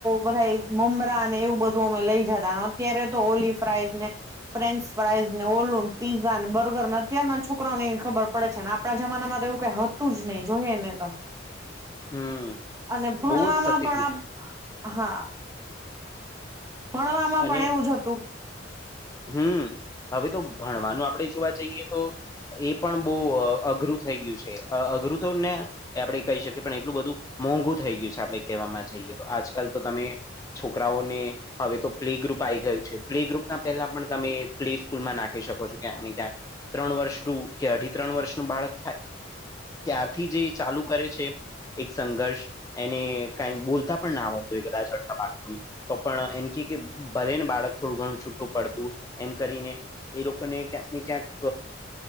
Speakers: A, on the right (about 15°); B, on the left (about 20°).
A: બધા મમરા ને એવું બધું અમે લઈ જતા અત્યારે તો ઓલી ફ્રાઈસ ને ફ્રેન્ચ ફ્રાઈઝને ઓલુન પીઝા ને બર્ગર ને અત્યારના છોકરાઓને એ ખબર પડે છે આપણા જમાનામાં એું કઈ હતું જ નહીિ જોઈએ ને તો
B: હમ
A: અને ભણવામાં
B: બહુ જ સત્ય
A: પણ
B: કીધું
A: આપ હા પણ આમાં
B: અને
A: પણ એવું જ હતું
B: હમ હવે તો ભણવાનું આપણેે જોવા જઈએ તો એ પણ બહ અઘરું થઈ ગયું છે અઘરું તો ને એ આપડણે કહી શકીએ પણ એટલું બધું મોંઘું થઈ ગયું છે આપણે કહેવામાં જઈએ તો આજકાલ તો તમે છોકરાઓને હવે તો પ્લે ગ્રુપ આઈ ગયું છે, પ્લે ગ્રુપ ના પેહલા પણ તમે પ્લે સ્કૂલમાં નાખી શકો છો, ક્યાંક ને ક્યાંક. ત્રણ વર્ષનું કે અઢી ત્રણ વર્ષનું બાળક થાય ત્યારથી જે ચાલુ કરે છે એક સંઘર્ષ એને કઈ બોલતા પણ ના આવડતું હો કદાચાતો તો પણ એમ કે ભલે ને બાળક થોડું ઘણું છૂટું પડતું એમ કરીને એ રકને ક્યાંકને ક્યાંક